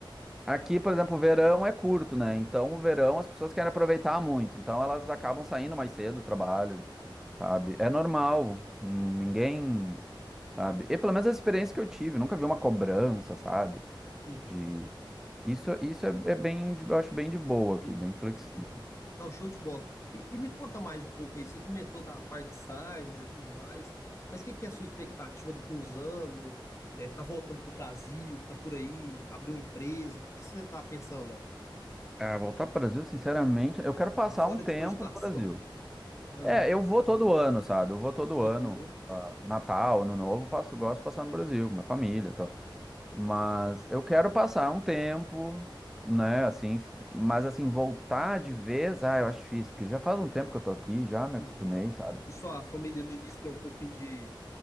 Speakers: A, in the centre; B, on the left (about 35°).
A: aqui, por exemplo, o verão é curto, né? Então, o verão as pessoas querem aproveitar muito. Então, elas acabam saindo mais cedo do trabalho, sabe? É normal. hum, Ninguém, sabe? E pelo menos a experiência que eu tive, nunca vi uma cobrança, sabe?
B: Uhum.
A: De. Isso, isso é, é bem, de- eu acho bem de boa aqui,
B: Uhum,
A: bem flexível.
B: uhum. Não, show de bola. E, e me conta mais um pouco aí. Você comentou da parte designer e tudo mais, mas o que, que é a sua expectativa daqui a uns anos? É, tá voltando pro Brasil? Tá por aí? Abriu uma empresa? O que, que você tá pensando, Léo?
A: Ah, voltar para o Brasil, sinceramente, eu quero passar
B: Tá fora
A: um tempo
B: de cogitação.
A: no Brasil.
B: <laughs> Aham,
A: É, eu vou todo ano, sabe? Eu vou todo
B: uhum,
A: ano. Natal, Ano Novo, passo, gosto de passar no Brasil, com minha família e tal. Mas eu quero passar um tempo, né? Assim, mas assim, voltar de vez, ah, eu acho difícil, porque já faz um tempo que eu tô aqui, já me
B: uhum.
A: acostumei, sabe?
B: E sua família no início deu um pouquinho de,